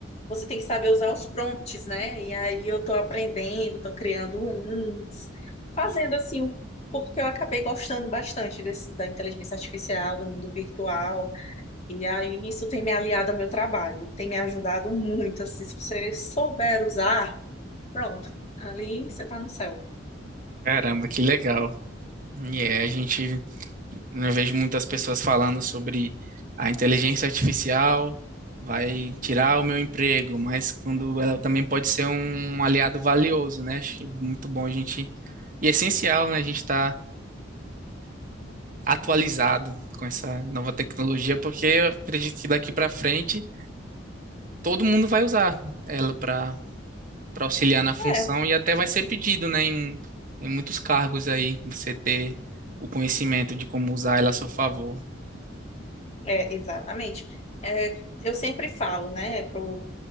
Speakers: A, on the left; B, on the right.
A: Você tem que saber usar os prompts, né? E aí eu tô aprendendo, tô criando uns, fazendo assim, o- porque eu acabei gostando bastante desse- da inteligência artificial, do mundo virtual. E aí isso tem me aliado ao meu trabalho, tem me ajudado muito, assim, se você souber usar, pronto, ali você tá no céu.
B: caramba que legal e é a gente Não vejo muitas pessoas falando sobre a inteligência artificial vai tirar o meu emprego, mas quando ela também pode ser um aliado valioso, né? Acho que é muito bom a gente e é essencial, né? A gente estar atualizado com essa nova tecnologia, porque eu acredito que daqui para frente todo mundo vai usar ela para para auxiliar na função
A: é
B: e até vai ser pedido, né? Em, em muitos cargos aí você ter o conhecimento de como usar ela a seu favor.
A: É, exatamente. É, eu sempre falo, né, para o